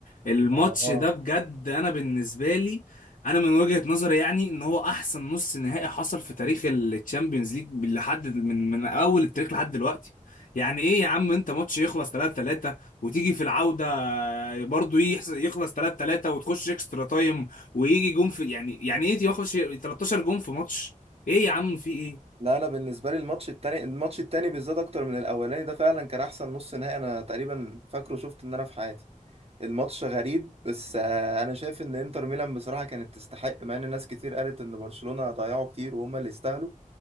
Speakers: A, on the left; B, on the right.
A: الماتش
B: آه
A: ده بجد انا بالنسبه لي انا من وجهه نظري يعني ان هو احسن نص نهائي حصل في تاريخ الشامبيونز ليج لحد من من اول التاريخ لحد دلوقتي يعني ايه يا عم انت ماتش يخلص 3 3 وتيجي في العوده آه، برضو يحس- يخلص 3 3 وتخش اكسترا تايم ويجي جون في يعني يعني ايه يخلص 13 جون في ماتش ايه يا عم في ايه
B: لا أنا بالنسبة لي الماتش التاني الماتش التاني بالذات أكتر من الأولاني ده فعلا كان أحسن نص نهائي أنا تقريبا فاكره شفت إن أنا في حياتي الماتش غريب بس آه، انا شايف ان انتر ميلان بصراحه كانت تستحق مع ان ناس كتير قالت ان برشلونه ضيعوا كتير وهم اللي يستاهلوا